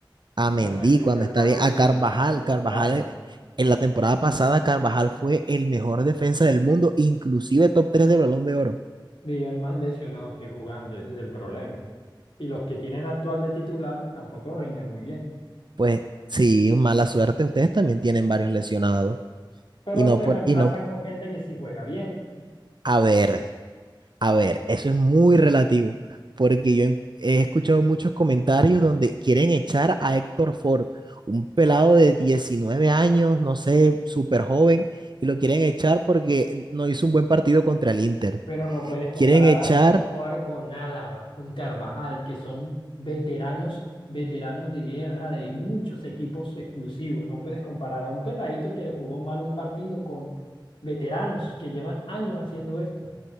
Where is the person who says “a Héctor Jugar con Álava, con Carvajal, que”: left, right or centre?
Left